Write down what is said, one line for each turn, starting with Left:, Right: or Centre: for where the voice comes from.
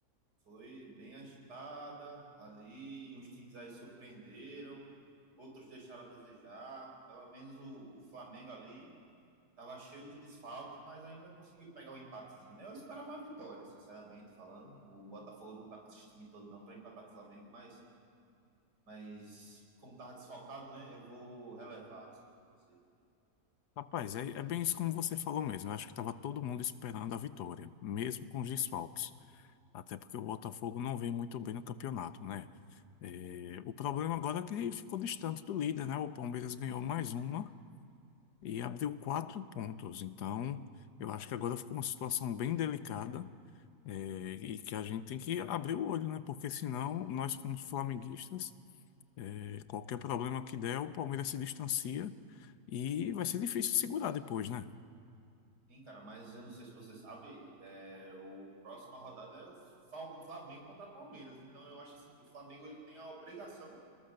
Right: Foi bem agitada. Ali, uns times aí surpreenderam, outros deixaram a desejar. Pelo menos o, o Flamengo ali tava cheio de desfalque, mas ainda conseguiu pegar um empatezinho, né? Eu esperava a vitória, sinceramente falando. O Botafogo não tá com esse time todo não para empatar com o Flamengo, mas, mas como tava desfalcado, né? Eu vou relevar, assim, vou dizer.
Left: Rapaz, é, é bem isso como você falou mesmo. Eu acho que estava todo mundo esperando a vitória, mesmo com os desfalques. Até porque o Botafogo não vem muito bem no campeonato, né? Eh, o problema agora é que ficou distante do líder, né? O Palmeiras ganhou mais uma. e abriu quatro pontos. Então, eu acho que agora ficou uma situação bem delicada, é, e que a gente tem que abrir o olho, né? Porque senão, nós, como flamenguistas, é, qualquer problema que der, o Palmeiras se distancia e vai ser difícil segurar depois, né?
Right: Sim, cara, mas eu não sei se você sabe, é, o próxima rodada é o Fal- Flamengo contra Palmeiras. Então eu acho assim que o Flamengo ele tem a obrigação